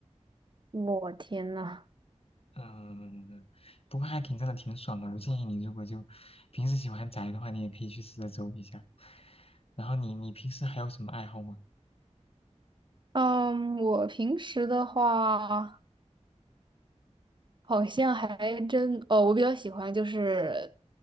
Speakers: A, on the right; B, on the left.
A: 我天呐，
B: 嗯，不过还挺真的挺爽的，我建议你如果就平时喜欢宅的话，你也可以去试着走一下。然后你你平时还有什么爱好吗？
A: 嗯，我平时的话，好像还真，哦，我比较喜欢就是